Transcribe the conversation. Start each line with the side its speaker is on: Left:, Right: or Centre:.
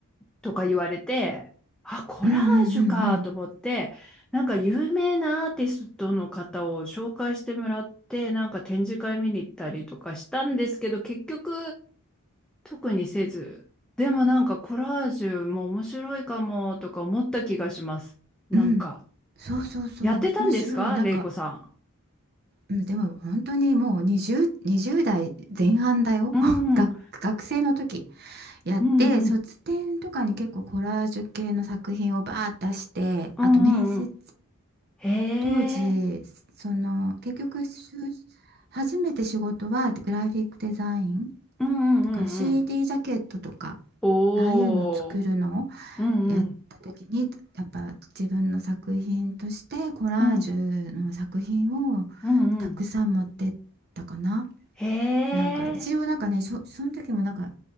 Centre: とか言われて、あ、コラージュかと思って、
Right: うんうんうん
Centre: なんか有名なアーティストの方を紹介してもらって、なんか展示会見に行ったりとかしたんですけど、結局特にせず、でもなんかコラージュも面白いかもとか思った気がします。なんか、
Right: うんうんそうそうそう面白いなんか
Centre: やってたんですかレイコさ
Right: うんでも本当にもう20、20代前半だよ
Centre: ん。うん、
Right: <laughs> 学、
Centre: うん、
Right: 学生の時やって卒展とかに結構コラージュ系の作品をバーッ出してあと面接
Centre: うんうん、うんうん。へ
Right: 当時その結局就
Centre: え、
Right: 初めて仕事はグラフィックデザイン
Centre: うんうんうんうん。
Right: だから CD ジャケットとか
Centre: おー、
Right: ああいうのを作るの
Centre: うんうん。
Right: やった時にやっぱ自分の作品としてコラージュの作品を
Centre: うん、うん、うん。
Right: たくさん持ってったかな。
Centre: へえ、
Right: なんか一応なんかねそ、その時もなんか